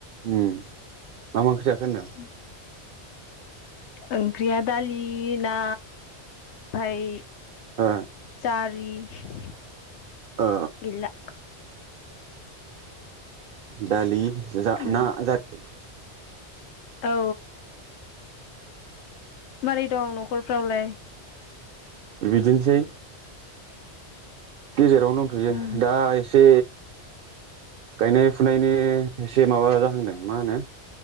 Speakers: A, on the right; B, on the left.
A: उम। मा मा ओंख्रि जाखो?
B: <unintelligible>
A: होनदों
B: ओंख्रिया दालि ना फाय
A: ओ
B: जारि <unintelligible>
A: ओ
B: गैला।
A: दालि जा
B: उम
A: ना जा <unintelligible>
B: औ। मारै दं नखरफ्रावलाय?
A: बिदिनोसै गेजेरावनो दंथयो
B: उम
A: दा एसे गायनाय फुनायनि एसे माबा जाहांदों मा होनो